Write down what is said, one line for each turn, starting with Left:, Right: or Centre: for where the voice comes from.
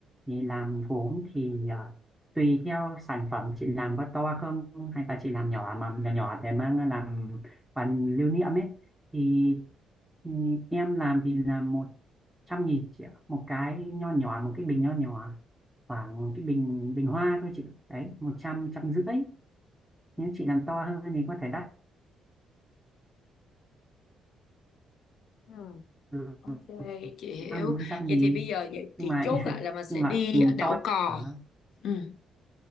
Centre: thì làm gốm thì à, tùy theo sản phẩm chị làm có to không hay là chị làm nhỏ mà nhỏ nhỏ để mang làm phần lưu niệm ấy thì ừm, em làm thì là một trăm nghìn chị ạ một cái nho nhỏ một cái bình nho nhỏ khoảng cái bình bình hoa thôi chị đấy một trăm trăm rưỡi nếu chị làm to hơn thì có thể đắt
Left: Ừ.
Centre: Ừ,
Left: Ok, chị hiểu.
Centre: bốn trăm
Left: Vậy
Centre: nghìn
Left: thì bây giờ vậy chị
Centre: nhưng mà
Left: chốt
Centre: <laughs>
Left: lại là mình
Centre: nhưng
Left: sẽ
Centre: mà
Left: đi
Centre: ừ,
Left: đảo
Centre: to
Left: cò.
Centre: đó
Left: Ừ.